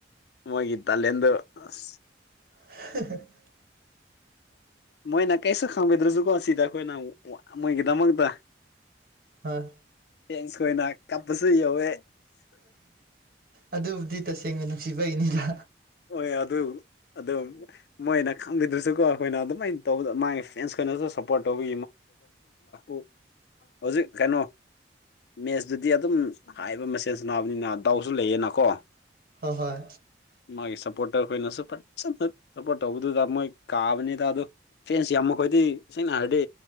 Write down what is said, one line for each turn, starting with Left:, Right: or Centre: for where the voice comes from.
Left: ꯃꯣꯏꯒꯤ ꯇꯂꯦꯟꯗꯨ ꯑꯁ
Right: <unintelligible>
Left: ꯃꯣꯏꯅ ꯀꯩꯁꯨ ꯈꯪꯕꯤꯗ꯭ꯔꯁꯨꯀꯣ ꯁꯤꯗ ꯑꯩꯈꯣꯏꯅ ꯃꯣꯏꯒꯤꯗꯃꯛꯇ
Right: ꯍꯣꯏ
Left: ꯆꯦꯟꯁ ꯀꯟꯥ ꯀꯞꯄꯁꯨ ꯌꯧꯋꯦ
Right: ꯑꯗꯨꯕꯨꯗꯤ ꯇꯁꯦꯡꯅ ꯅꯨꯡꯁꯤꯕꯩꯅꯤꯗ
Left: ꯍꯣꯏ ꯑꯗꯨ ꯑꯗꯨ ꯃꯣꯏꯅ ꯈꯪꯕꯤꯗ꯭ꯔꯁꯨꯀꯣ ꯑꯩꯈꯣꯏꯅ ꯑꯗꯨꯃꯥꯏꯅ ꯇꯧꯕꯗ ꯃꯥꯒꯤ ꯐ꯭ꯔꯦꯟꯁ ꯈꯩꯅꯁꯨ ꯁꯞꯄꯣꯔꯠ ꯇꯧꯕꯤ <unintelligible> ꯍꯧꯖꯤꯛ ꯀꯩꯅꯣ ꯃꯦꯠꯁꯇꯨꯗꯤ ꯑꯗꯨꯝ ꯍꯥꯏꯕ ꯃꯁꯦꯟ ꯁꯅꯥꯕꯅꯤꯅ ꯗꯥꯎꯁꯨ ꯂꯩꯌꯦꯅꯀꯣ
Right: ꯍꯣꯏꯍꯣꯏ
Left: ꯃꯥꯒꯤ ꯁꯞꯄꯣꯔꯇꯔ ꯑꯩꯈꯣꯏꯅꯁꯨ ꯐꯖꯅ ꯁꯞꯄꯣꯔꯠ ꯇꯧꯕꯗꯨꯗ ꯃꯣꯏ ꯀꯥꯕꯅꯤꯗ ꯑꯗꯣ ꯐꯦꯟꯁ ꯌꯥꯝ ꯃꯈꯣꯏ ꯍꯥꯏꯗꯤ ꯁꯦꯡꯅ ꯍꯥꯏꯔꯗꯤ